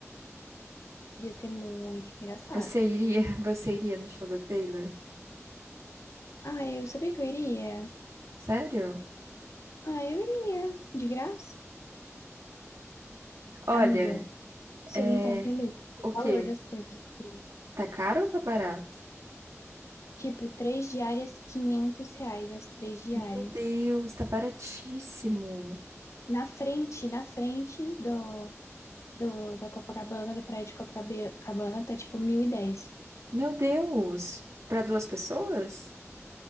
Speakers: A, on the left (about 70°); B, on the right (about 75°).
A: Ia ser muito engraçado.
B: Você iria, <laughs> você iria no show da Taylor?
A: Ah, eu sabia que eu iria.
B: Sério?
A: Ah, eu iria. De graça.
B: Olha,
A: Amiga, você
B: é,
A: não tá entendendo o
B: o quê?
A: valor das coisas aqui.
B: Tá caro ou tá barato?
A: Tipo, três diárias, 500 reais as três diárias.
B: Meu Deus, tá baratíssimo.
A: Na frente, na frente do, do da Copacabana, da praia de Copacabana, tá tipo 1.010.
B: Meu Deus, para duas pessoas?